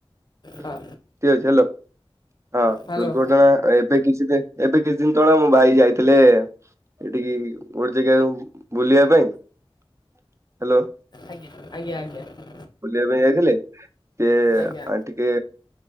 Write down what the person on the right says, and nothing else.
ଠିକ୍
ଅଛି। ହଲୋ ହଁ,
ଦୁର୍ଘଟଣା ଏବେ କିଛି ବି ଏବେ କିଛି ଦିନ ତଳେ ମୋ ଭାଇ ଯାଇଥିଲେ ଏଠିକି ଭୋଜି ଖାଇବାକୁ ବୁଲିବା ପାଇଁ। ହ୍ୟାଲୋ
ବୁଲିବା ପାଇଁ ଯାଇଥିଲେ ସେ
ଆ ଟିକେ